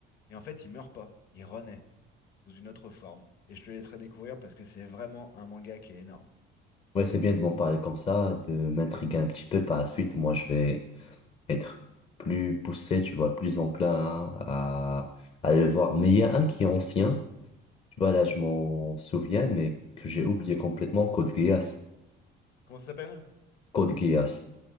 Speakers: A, on the left; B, on the left.
A: Et en fait, il meurt pas. Il renaît sous une autre forme. Et je te laisserai découvrir parce que c'est vraiment un manga qui est énorme.
B: Ouais, c'est bien de m'en parler comme ça, de m'intriguer un petit peu. Par la suite, moi, je vais être plus poussé, tu vois, plus enclin hein, à, à aller le voir. Mais il y a un qui est ancien. Tu vois, là, je m'en souviens, mais que j'ai oublié complètement. Code Geass.
A: Comment ça s'appelle?
B: Code Geass.